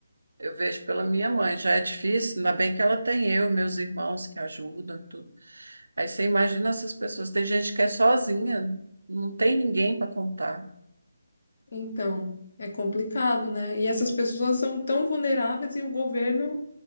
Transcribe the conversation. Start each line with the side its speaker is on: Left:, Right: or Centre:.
Right: eu vejo pela minha mãe, já é difícil, ainda bem que ela tem eu, meus irmãos que ajudam e tudo. Aí você imagina essas pessoas, tem gente que é sozinha, não tem ninguém para contar,
Left: Então, é complicado, né? E essas pessoas são tão vulneráveis e o governo